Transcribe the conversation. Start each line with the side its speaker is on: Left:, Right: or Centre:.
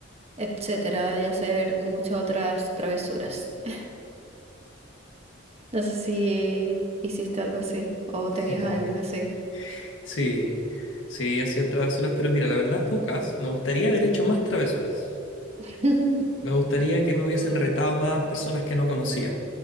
Right: etcétera, y hacer muchas otras travesuras. <laughs> No sé si hiciste algo así o
Left: <laughs>
Right: tenías a alguien así.
Left: Sí, sí, hacía travesuras, pero mira, la verdad, pocas. Me gustaría haber hecho más travesuras.
Right: <laughs>
Left: Me gustaría que me hubiesen retado más personas que no conocía,